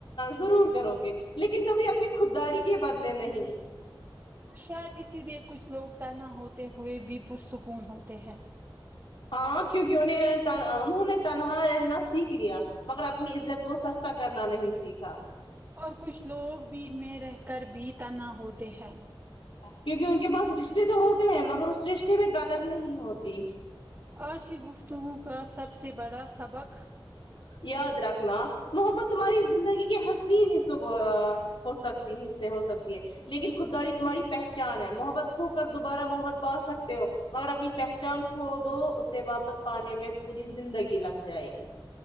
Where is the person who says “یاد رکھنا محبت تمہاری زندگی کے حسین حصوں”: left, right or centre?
Left